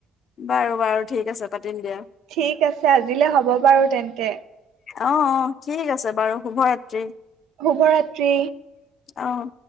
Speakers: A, on the left; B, on the right.
A: বাৰু বাৰু ঠিক আছে পাতিম দিয়া
B: ঠিক আছে আজিলে হ'ব বাৰু তেন্তে।
A: অ' অ' ঠিক আছে বাৰু শুভৰাত্ৰি।
B: শুভৰাত্ৰি।
A: অহ।